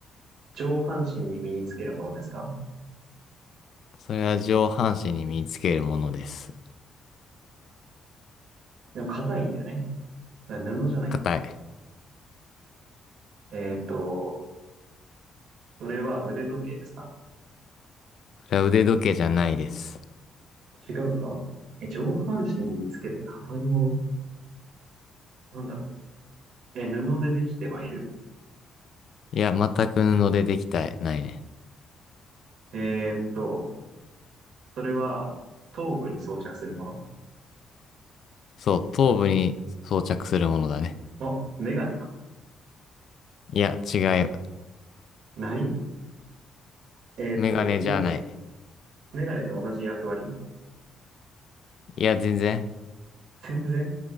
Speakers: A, on the right; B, on the left.
A: 上半身に身につけるものですか
B: それは上半身に身につけるものです。
A: でも硬いんだよね。な布じゃないんだ。
B: 硬い。
A: えーっと、それは腕時計ですか
B: それは腕時計じゃないです。
A: 違うかえ、上半身につけて硬いものなんだろうえ、布でできてはいる
B: いや、全く布でできた、ないね。
A: えーっと、それは頭部に装着するも
B: そう、頭部に装着するものだね。
A: のあ、メガネか。
B: いや、違う。
A: ないえーっと、
B: メガネじゃない。
A: 大きメガネと同じ役割
B: いや、全然。
A: <laughs> 全然